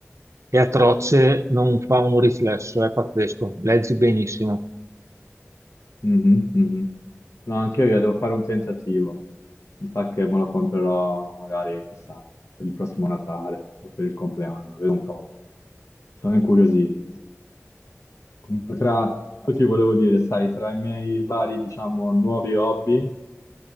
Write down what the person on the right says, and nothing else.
è atroce, non fa un riflesso, è pazzesco, leggi benissimo.